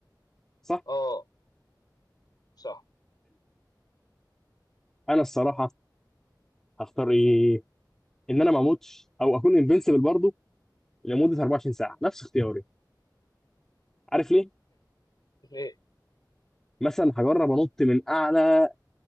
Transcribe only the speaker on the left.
اه صح
ليه